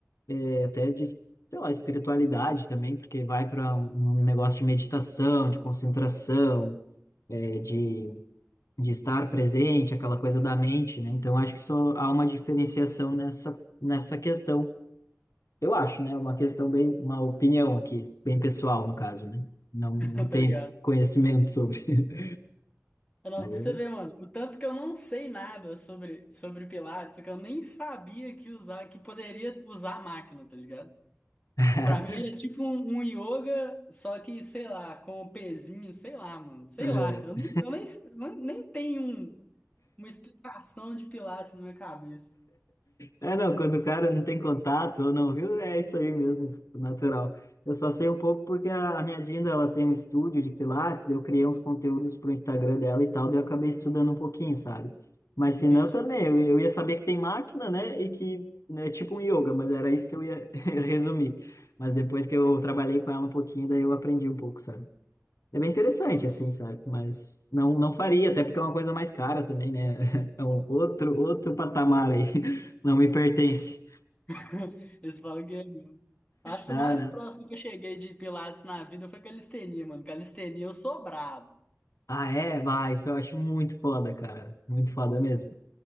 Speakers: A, on the left; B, on the left.
A: é, até de, sei lá, espiritualidade também, porque vai para um um negócio de meditação, de concentração, é, de, de estar presente, aquela coisa da mente, né? Então acho que só há uma diferenciação nessa, nessa questão. Eu acho, né? Uma questão bem, uma opinião aqui, bem pessoal no caso, né? Não,
B: <laughs>
A: não tenho
B: Tá ligado?
A: conhecimento sobre, <laughs>
B: Ah, Não,
A: mas
B: pra
A: é.
B: você ver, mano, o tanto que eu não sei nada sobre, sobre Pilates, que eu nem sabia que usar, que poderia usar a máquina, tá ligado?
A: <laughs>
B: Pra mim era tipo um, um yoga, só que, sei lá, com o pezinho, sei lá, mano. Sei
A: Aham.
B: lá. Eu nem, eu nem, nem nem tenho um- uma explicação de Pilates na minha cabeça.
A: É, não, quando o cara não tem contato ou não viu, é isso aí mesmo, tipo, natural. Eu só sei um pouco porque a, a minha Dinda, ela tem um estúdio de Pilates, daí eu criei uns conteúdos pro Instagram dela e tal, daí eu acabei estudando um pouquinho, sabe? Mas se
B: Entendi.
A: não, também, eu, eu ia saber que tem máquina, né, e que né, é tipo um yoga, mas era isso que eu ia <laughs> resumir. Mas depois que eu trabalhei com ela um pouquinho, daí eu aprendi um pouco, sabe? É bem interessante,
B: Boto
A: assim,
B: fé.
A: sabe? Mas não, não faria, até porque é uma coisa mais cara também, né? <laughs> É um outro, outro patamar aí. <laughs> Não me pertence.
B: <laughs> Eles falam que é mesmo. Acho
A: Ah,
B: que o mais
A: né?
B: próximo que eu cheguei de Pilates na vida foi calistenia, mano. Calistenia eu sou brabo,
A: Ah, é? Vai, isso eu acho muito foda, cara. Muito foda mesmo.